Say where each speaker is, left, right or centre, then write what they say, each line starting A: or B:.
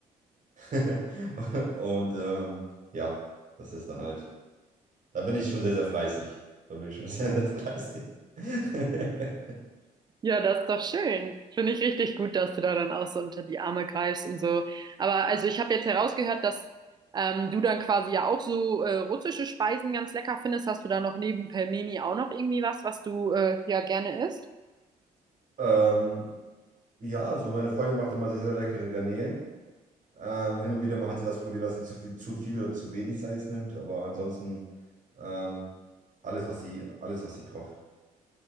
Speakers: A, on the right (about 40°); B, on the right (about 20°).
A: <laughs> Und ähm, ja, das ist dann halt, da bin ich schon sehr, sehr fleißig. Da bin ich schon <laughs> sehr, sehr fleißig. <laughs>
B: Ja, das ist doch schön. Finde ich richtig gut, dass du da dann auch so unter die Arme greifst und so. Aber also ich habe jetzt herausgehört, dass ähm, du dann quasi ja auch so äh, russische Speisen ganz lecker findest. Hast du da noch neben Pelmeni auch noch irgendwie was, was du äh, ja gerne isst?
A: Ähm, ja, so meine Freundin macht immer sehr, sehr leckere Garnelen. Ähm, hin und wieder mal hat sie das Problem, dass sie zu viel, zu viel oder zu wenig Salz nimmt, aber ansonsten ähm, alles, was sie, alles, was sie kocht.